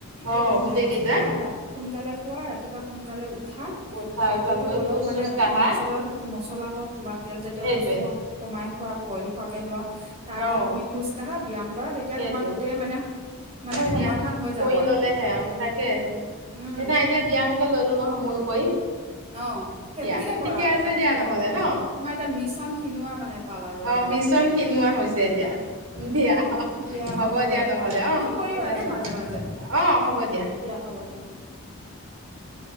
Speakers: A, on the right; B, on the right.
A: অ
B: এই তিনটা
A: গোটেই
B: বস্তু
A: কেইটা
B: লোৱা ৰাতি সোনকালে শুৱা, ৰাতিপুৱা সোনকালে উঠা।
A: উঠা
B: খাদ্যটো
A: অভ্যাস কৰি
B: অলপ
A: খোজ
B: মানে
A: চোজ কাঢ়া
B: মছলা, মছলা হওঁক বা তেলজাতীয়
A: সেইটোৱে
B: বস্তু হওঁক কমাই খোৱা বইল খোৱাকে লোৱা, তাৰ
A: অ
B: পিছত তুমি খোজকাঢ়া ব্যায়াম কৰা তেতিয়া
A: সেইটোৱে
B: তোমাৰ গোটেই মানে মানে
A: হয়,
B: সমাধান
A: দিয়া
B: হৈ যাব
A: কৰি
B: আৰু
A: ল'লেহে অ', তাকে
B: উম
A: এনে আইডিয়া ব্যায়াম কে ল'লো নহয় মূল কৰি
B: অ সেইটোকে
A: দিয়া,
B: কৰা
A: ঠিকে
B: এতিয়া
A: আছে
B: কিনা
A: দিয়া নহ'লে ন!
B: তোমাৰ এতিয়া মিছন খিনোৱা মানে পাল আৰু এতিয়া
A: অ', মিছন ক্ষীণোৱা হৈছে এতিয়া দিয়া।
B: দিয়া
A: হ'ব দিয়া নহ'লে অ',
B: ফোন কৰিবা
A: ঠিক
B: দেই
A: আছে
B: মাজে মাজে
A: অ', হ'ব দিয়া।
B: হ'ব দিয়া